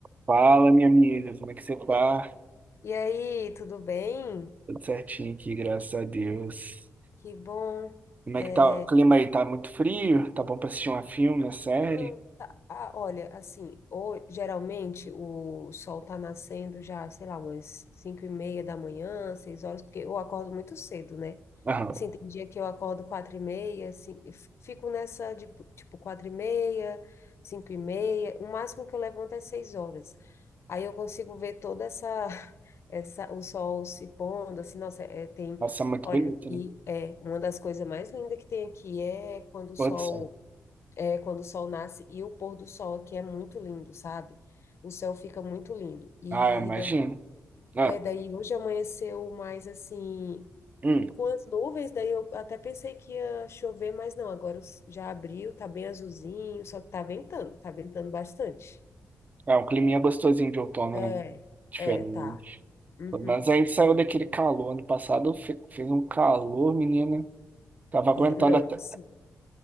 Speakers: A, on the right; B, on the left.
A: Fala, minha amiga, como é que você tá?
B: E aí, tudo bem?
A: Tudo certinho aqui, graças a Deus.
B: Que bom.
A: Como
B: É,
A: é que tá o clima aí? Tá muito frio? Tá bom pra assistir um filme, uma série?
B: Então, tá. Ah, olha, assim, ou, geralmente o sol tá nascendo já, sei lá, umas cinco e meia da manhã, seis horas, porque eu acordo muito cedo, né?
A: Aham.
B: Sim, tem dia que eu acordo quatro e meia, assim, eu fi- fico nessa de, tipo, quatro e meia, cinco e meia, o máximo que eu levanto é seis horas. Aí eu consigo ver toda essa, <laughs> essa, o sol se pondo, assim, nossa, é, tem,
A: Nossa, muito
B: olha,
A: bonito,
B: aqui,
A: né?
B: é, uma das coisas mais lindas que tem aqui é quando o
A: Pôr
B: sol
A: do sol.
B: é, quando o sol nasce e o pôr do sol aqui é muito lindo, sabe? O céu fica muito lindo. E,
A: Ah, eu imagino.
B: e daí,
A: Ah,
B: é, daí hoje amanheceu mais assim,
A: hum.
B: com as nuvens, daí eu até pensei que ia chover, mas não, agora os- já abriu, tá bem azulzinho, só que tá ventando, tá ventando bastante.
A: É um climinha gostosinho de outono,
B: É,
A: né? Diferente.
B: é, tá. Uhum.
A: Mas a gente saiu daquele calor. Ano passado fe- fez um calor, menina. Tava aguentando
B: É, não,
A: até.
B: assim.